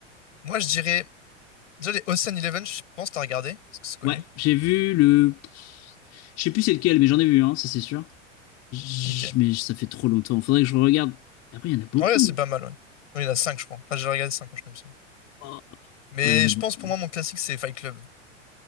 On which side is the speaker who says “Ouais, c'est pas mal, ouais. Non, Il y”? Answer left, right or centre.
Left